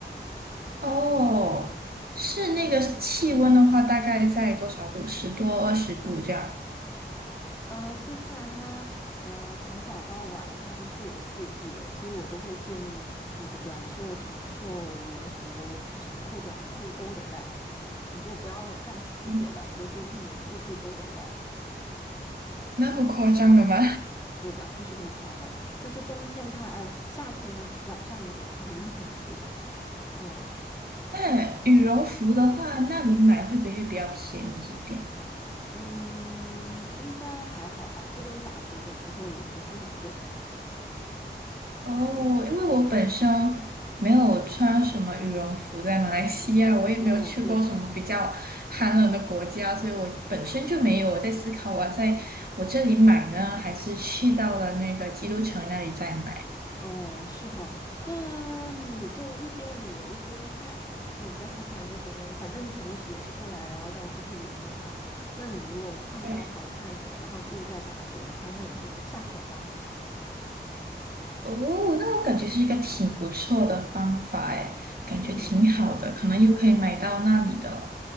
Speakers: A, on the right; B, on the left.
A: 哦，是那个气温的话，大概在多少度？十多、二十度这样。
B: 呃，新西兰它呃从早到晚它都会有四季的，所以我都会建议你的短袖、长袖、羽绒服、长裤、短裤都得带，你就不要看它季节了，
A: 嗯
B: 你就是一年四季都得带。
A: 那么夸张的吗？
B: 对的，就是这么夸张，就是冬天它呃夏天晚上也得穿羽绒服，<laughs> 嗯
A: <laughs> 那羽绒服的话，那里买会不会比较便宜一点？
B: 嗯，应该还好吧，这边打折的时候也不是很贵。
A: 哦，因为我本身没有穿什么羽绒服，在马来西亚，我也没有去过什么比较寒冷的国家，
B: 哦，对，
A: 所以我本身就没有。我在思考，我要在我这里买呢，还是去到了那个基督城那里再买？
B: 哦，是哈，那你就一边旅游一边看。对，你在新西兰这边，反正你肯定是也是过来，然后到处去旅游的嘛。那你如果碰到好看的，
A: 对。
B: 然后就在打折的话，那你就下手吧。
A: 哦，那我感觉是一个挺不错的方法哎，感觉挺好的，
B: 嗯，
A: 可能又可以买到那里的，